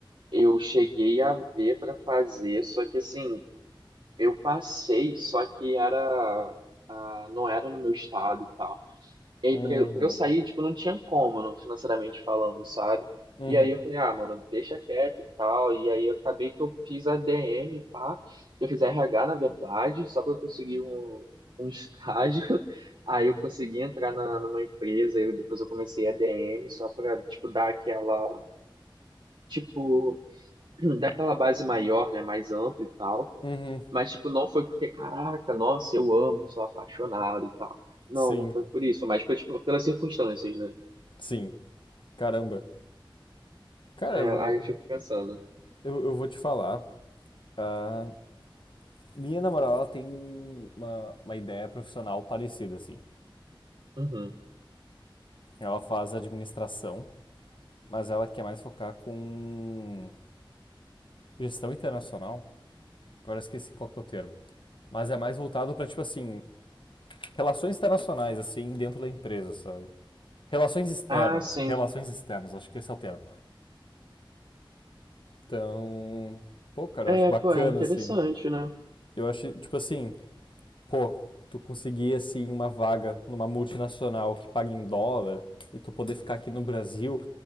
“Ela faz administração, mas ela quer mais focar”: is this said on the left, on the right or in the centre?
Left